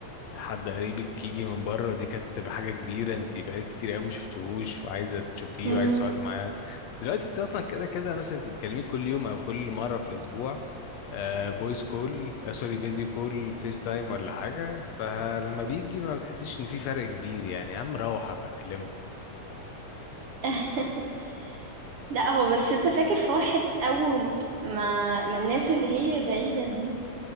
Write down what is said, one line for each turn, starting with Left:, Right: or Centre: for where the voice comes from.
Left: حد قريبك يجي من بره دي كانت تبقى حاجة كبيرة انت بقالك كتير قوي ما شفتهوش وعايزة تشوفيه
Right: ايوه
Left: وعايزة
Right: مم.
Left: تقعدي معاه دلوقتي انت اصلا كده كده مثلا انت بتكلميه كل يوم او كل مرة في الاسبوع فويس كول آه سوري فيديو كول فيس تايم ولا حاجة فلما بيجي ما بتحسيش ان في فرق كبير يعني يا عم روح ابقى اكلمك
Right: <laughs> لا هو بس انت فاكر فرحة أول ما ما الناس اللي هي بعيدة دي